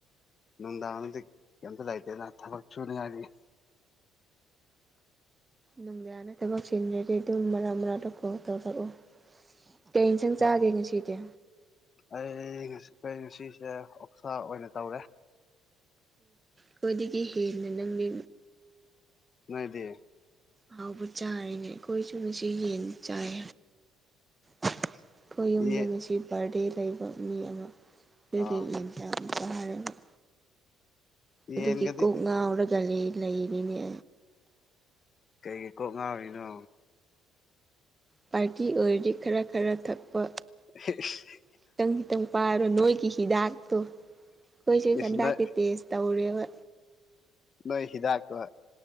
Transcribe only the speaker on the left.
ꯅꯨꯡꯗꯥꯡꯗꯤ ꯀꯩꯝꯇ ꯂꯩꯇꯦꯅ ꯊꯕꯛ ꯁꯨꯅꯤꯉꯥꯏꯒꯤ
ꯍꯣꯏ
ꯑꯩ ꯑꯩꯈꯣꯏ ꯉꯁꯤꯁꯦ ꯑꯣꯛꯁꯥ ꯑꯣꯏꯅ ꯇꯧꯔꯦ
ꯅꯪꯗꯤ
ꯌꯦ
ꯑꯥ
ꯌꯦꯟꯒꯗꯤ
ꯀꯩꯒꯤ ꯀꯣꯛ ꯉꯥꯎꯔꯤꯅꯣ
<unintelligible>
ꯏꯁ ꯅꯣꯏ
ꯅꯣꯏ ꯍꯤꯗꯥꯛ ꯀ